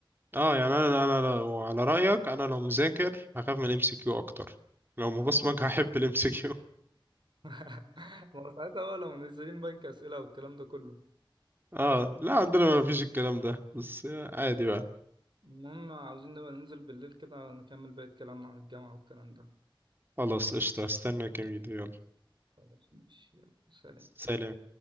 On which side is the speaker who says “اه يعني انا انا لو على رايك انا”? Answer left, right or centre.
Right